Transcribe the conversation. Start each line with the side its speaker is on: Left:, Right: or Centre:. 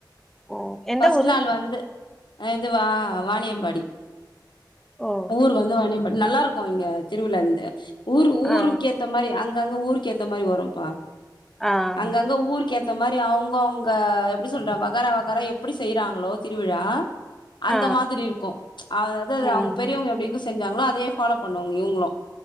Centre: ஓ எந்த
Left: ஃபர்ஸ்ட்
Centre: ஊரு
Left: நாள் வந்து அ இதுவா வாாணியம்பாடி
Centre: ஓ
Left: ஊர் வந்து வாணியம்பாடி நல்லாருக்கு இங்க திருவிழா இந்து ஊரு ஊருக்கு
Centre: ஆ
Left: ஏத்த மாரி அங் அங்கங்க ஊருக்கு ஏத்த மாரி வரும்ப்பா
Centre: ஆ
Left: அங்கங்க ஊருக்கு ஏத் த மாரி அவங்கவுங்க எப்படி சொல்ற வகார வகார எப்படி செய்றாங்ளோ திருவிழா அந்த
Centre: ஆ
Left: மாரி இருக்கும் அதாவ்து
Centre: ம்
Left: அவங்க பெரியவங்க எப்டிக்கு செஞ்சாங்களோ அதே ஃபாலோ பண்ணுவாங்க இவங்களு